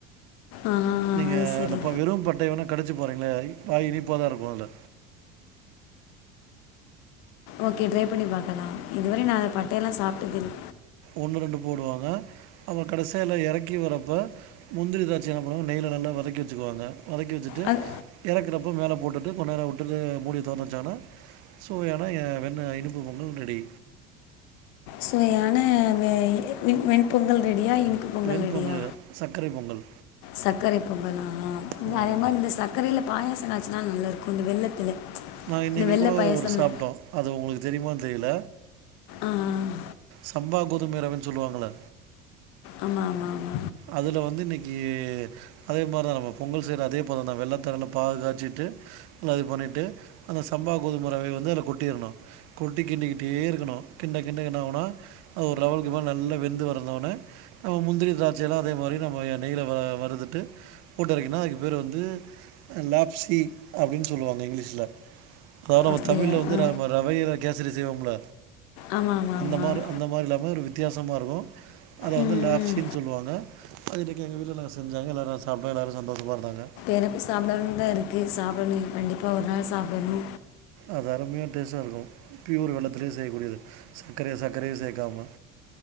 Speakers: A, on the left; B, on the right.
A: ஆஹா
B: நீங்க
A: அது சரி
B: அந்த ப வெறு பட்டைய வேணா கடிச்சு பாருங்களே வாய் இனிப்பா தா இருக்கு அதுல
A: ஓகே ட்ரை பண்ணி பாக்கலா இதுவரை நா அந்த பட்டை எல்லா சாப்ட்டதுல்ல
B: ஒன்னு ரெண்டு போடுவாங்க அப்ப கடைசியா எல்லா எறக்கி வரப்ப முந்திரி திராச்சய என்ன பண்ணுவாங்க நெய்ல நல்லா வதக்கி வெச்சுக்குவாங்க வதக்கி வெச்சுட்டு
A: அது
B: எறக்குறப்ப மேலே போட்டுட்டு கொஞ் நேர விட்டுட்டு மூடிய தொறந்து வெச்சாங்கன்னா சுவையான எ வெண் இனிப்பு பொங்கல் ரெடி
A: சுவையான வெ வெண் வெண்பொங்கல் ரெடியா இனிப்பு பொங்கல்
B: வெண்பொங்கல்
A: ரெடியா
B: இல்ல, சர்க்கரை பொங்கல்
A: சக்கரை பொங்கலா
B: ம்
A: அதே மாரி இந்த சக்கரைல பாயசம் காய்ச்சனா நல்லாயிருக்கும் இந்த வெல்லத்தில
B: நான் இன்றைக்கி
A: இந்த வெல்ல
B: கூட
A: பாயசம்ல
B: ஒரு சாப்பிட்டோம் அது உங்களுக்கு தெரியுமா தெரில
A: ஆமா
B: சம்பா கோதுமை ரவைன் சொல்லுவாங்களா
A: ஆமா ஆமா ஆமா
B: அதுல வந்து இன்னைக்கி அதே மாரிதா நம்ம பொங்கல் செய்ற அதே பதம் தா வெல்லத்த நல்லா பாகு காய்ச்சிட்டு ஃப்ரை பண்ணிட்டு அந்த சம்பா கோதுமரவை வந்து அதில கொட்டிறணு கொட்டி கிண்டிக்கிட்டே இருக்கணு கிண்ட கிண்ட என்னாவுனா ஒரு லெவலுக்கு மேல நல்லா வெந்து வரந்தாவ்னே முந்திரி திராட் ச்சலா அதே மாரி நம்ம நெய்யில்ல வ வறுதுட்டு போட்டு அரைக்கன்னா அதுக்கு பேர் வந்து லாப்சி அப்டின் சொல்லுவாங்க இங்கிலீஷ்ல வேற ஒரு
A: அப்படியா
B: தமிழ்ல வந்து
A: ஆ
B: ர ரவையில கேசரி செய்வோம்ல
A: ஆமாம் ஆமாம்
B: அந்த
A: ஆமாம்
B: மாரி அந்த மாரி இல்லாம ஒரு வித்தியாசமா இருக்கும் அத
A: ம்
B: வந்து லேப்ஸின் சொல்லுவாங்க அது இன்னைக்கு எங்க வீட்ல செஞ்சாங்க எல்லாரு சாப்ட்டோ எல்லாரு சந்தோஷமா இருந்தாங்க
A: எனக்கும் சாப்டணுன் தா இருக்கு சாப்டணு கண்டிப்பா ஒரு நாள் சாப்டணு
B: அது அருமையா டேஸ்ட்டா இருக்கும் ப்யூர் வெல்லத்துலே செய்யக்கூடியது சக்கரை சக்கரையே சேக்காம